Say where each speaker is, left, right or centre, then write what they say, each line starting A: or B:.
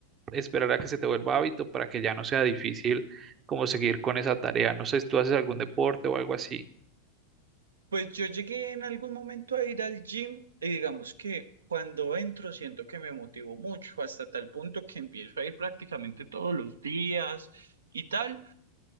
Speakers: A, on the right (about 30°); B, on the right (about 70°).
A: esperar a que se te vuelva hábito para que ya no sea difícil como seguir con esa tarea. No sé si tú haces algún deporte o algo así.
B: Pues yo llegué en algún momento a ir al gym y digamos que cuando entro siento que me motivo mucho hasta tal punto que empiezo a ir prácticamente todos los días y tal.